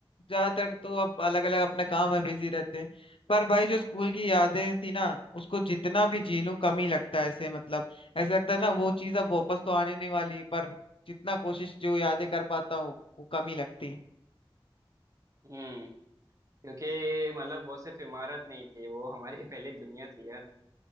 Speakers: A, on the left; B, on the right.
A: ज्यादातर तो अब अलग अलग अपने काम में बिजी रहते हैं पर भाई जो स्कूल की यादें थी ना उसको जितना भी जी लूं कम ही लगता है ऐसे मतलब ऐसे लगता है ना वो चीज अब वापस तो आने नहीं वाली पर जितना कोशिश जो यादें कर पाता हूँ वो कम ही लगती है
B: हम्म क्योंकि मतलब वो सिर्फ इमारत नहीं थी वो हमारी <laughs> पहली दुनिया थी यार